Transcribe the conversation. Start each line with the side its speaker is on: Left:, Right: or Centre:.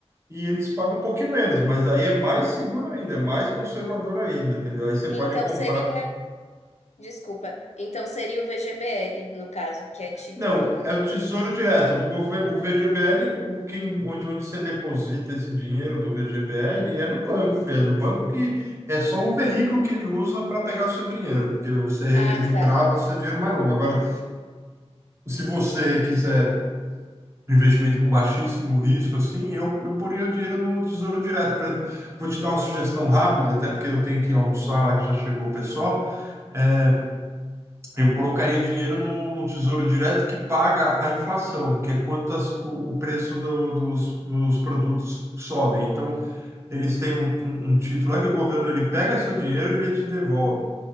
Right: e eles pagam um pouquinho menos, mas aí é mais seguro ainda, é mais conservador ainda, entendeu? Aí você
Left: Então
Right: pode comprar.
Left: seria, desculpa, então seria o VGBL, no caso, que é título.
Right: Não, é o Tesouro Direto do governo, o VGBL, o quem, onde, onde você deposita esse dinheiro do VGBL é no banco mesmo, o banco que é só o veículo que ele usa para pegar o seu dinheiro, porque você
Left: Ah,
Right: ele
Left: tá.
Right: trava seu dinheiro mais longo. Agora Se você quiser um investimento com baixíssimo risco, assim, eu, eu poria o dinheiro no Tesouro Direto. Por exemplo, vou te dar uma sugestão rápida, até porque eu tenho que almoçar lá que já chegou o pessoal. É, Eu colocaria dinheiro no, no Tesouro Direto que paga a inflação, que é quanto as- o, o preço do- dos, dos produtos sobem. Então, eles têm um, um- um título lá que o governo ele pega seu dinheiro e ele te devolve.